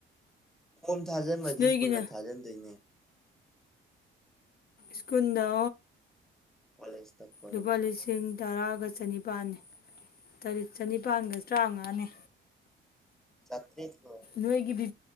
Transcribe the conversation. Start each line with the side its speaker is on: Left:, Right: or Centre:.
Centre: ꯀꯣꯝ ꯊꯥꯖꯤꯟꯕꯗꯤ
Left: ꯏꯁ ꯅꯣꯏꯒꯤꯅ
Centre: ꯁ ꯄꯨꯨꯟꯅ ꯊꯥꯖꯤꯟꯗꯣꯏꯅꯦ
Left: ꯁ꯭ꯀꯨꯜꯗ
Centre: ꯀꯣꯂꯦꯖꯇ ꯀꯣꯂꯦꯖꯇ
Left: ꯂꯨꯄꯥ ꯂꯤꯁꯤꯡ ꯇꯔꯥ ꯒ ꯆꯅꯤꯄꯥꯜꯅꯤ ꯇꯔꯦꯠ ꯆꯅꯤꯄꯥꯜꯒ ꯇꯔꯥꯃꯉꯥꯅꯦ
Centre: ꯆꯥꯇ꯭ꯔꯦꯠꯀꯤ ꯑꯣꯏꯔꯝꯅꯤ
Left: ꯅꯣꯏꯒꯤꯗꯤ